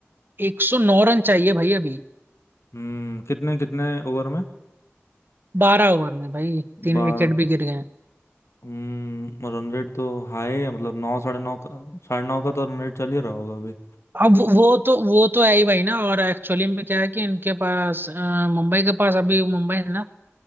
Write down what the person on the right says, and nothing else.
109 रन चाहिए भाई अभी
12 ओवर में भाई तीन
विकेट भी
गिर गए हैं
अब वो तो वो तो है ही भाई ना और एक्चुअली में क्या है कि इनके पास अ, मुंबई के पास अभी मुंबई है ना